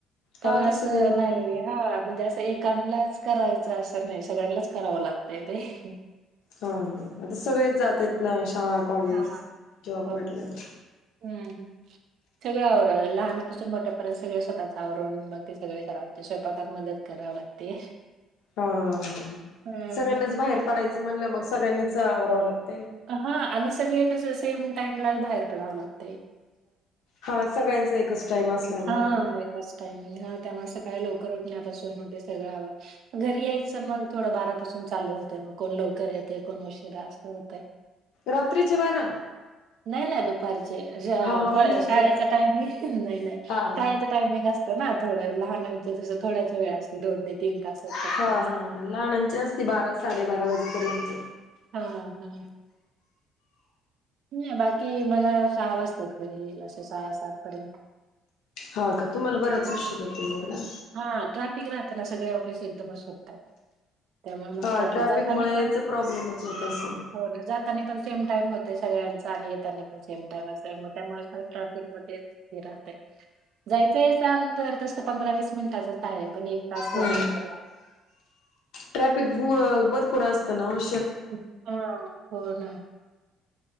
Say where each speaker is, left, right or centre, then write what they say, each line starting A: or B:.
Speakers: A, on the right (about 60°); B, on the left (about 75°).
A: त्यामुळे
B: हा आता
A: असं
B: सगळे मुळ
A: नाही हा म्हणजे असं ऐकालांच करायचं असं नाही. सगळ्यांनाच करावं लागतंय ते.
B: ह आता सगळेचं जातेत ना. शाळा, कॉलेज,
A: हा
B: जॉब
A: हो
B: म्हटल्यावर.
A: ना हम्म सगळं आवर लहानापासून मोठ्यापर्यंत सगळे स्वतःच आवरून मग ते सगळे करावं स्वयंपाकत मदत करा लागते.
B: हा हा
A: हम्म
B: सगळ्यांनाच बाहेर पडायचं म्हणलं मग सगळ्यांनीच आवरावं लागत.
A: हा आणि सगळे कस सेम टाइमला बाहेर पडावं लागतेयं.
B: हा सगळ्यांच एकच. टाइम असल्यामुळे
A: हा
B: ना
A: एकच टायमिंग ह त्या. लवकर उठण्यापासून सगळे आवर घरी यायच मग बारा पासून चालू होतं कोण लो लवकर येते कोण उशिरा असं होत.
B: रात्रीचे बारा
A: नाही नाही दुपारचे
B: हा हा मी म्हटले
A: शाळेचा
B: रा
A: टाइम आहे नाही नाही
B: हा हा
A: खायचं. टायमिंग असतं ना थोडं लहानांच जस थोड्याच वेळ असते दोन ते तीन तासच
B: हा
A: फक्त असं.
B: हा लहानची असते बारा साडेबारा वाजेपर्यंत
A: हा हा नाही बाकी मला सहा वाजतात घरी येईल असं सहा सात पर्यंत
B: हा का तुम्हाला बराच
A: अच्छा.
B: उशीर होते मग ना
A: हा ट्राफिक राहते सगळे ऑफिस एकदमच सुटतायत. त्यामुळे मग
B: हा
A: ट्राफिक
B: ट्रॅफिकमुळे
A: जातानी पण
B: याचा प्रॉब्लेमच होत असेल
A: हो ना जातानी पण सेम टाइम होत. ते सगळ्यांच आणि येतानी पण सेम टाइम मग त्यामुळे सगळ ट्राफिक मध्येच राहतय. जायचंय यायचं अंतर तर तस पंधरा, वीस मिनिटाचच आहे पण एक तास
B: हो
A: लागतो त्याला.
B: ट्रॅफिक मुळ भरपूर असत ना हो
A: <unintelligible>